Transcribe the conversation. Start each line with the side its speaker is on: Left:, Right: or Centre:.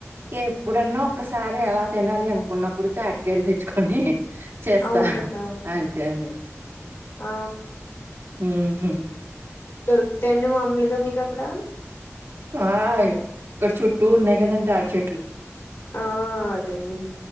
Right: ఎప్పుడన్నా ఒక్కసారి అలా తినాలి అనుకున్నప్పుడు తాటికయలు తెచ్చుకొని చేస్తా
Left: అవునండి అవు
Right: అంతే అండి
Left: ఆ
Right: మ్మ్ హు
Left: దొరికుతాయండి మాములుగా మీకు అక్కడ
Right: హాయ్ ఇక్కడ చుట్టూ ఉన్నాయి కదండి తాడి చెట్లు
Left: ఆ అదేలేం